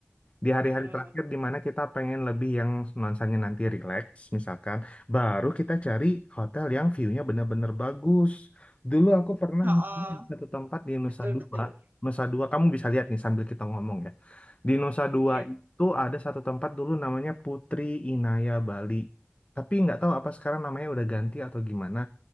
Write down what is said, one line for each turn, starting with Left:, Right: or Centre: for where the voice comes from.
Left: di hari-hari
Right: Mm-mm.
Left: terakhir di mana kita pengen lebih yang nuansanya nanti relax misalkan baru kita cari hotel yang view-nya benar-benar bagus dulu aku pernah
Right: Oh,
Left: di satu tempat di
Right: betul
Left: Nusa Dua
Right: betul.
Left: Nusa Dua kamu bisa lihat nih sambil kita ngomong ya di Nusa Dua
Right: Iya.
Left: itu ada satu tempat dulu namanya Putri Inaya Bali tapi nggak tahu apa sekarang namanya udah ganti atau gimana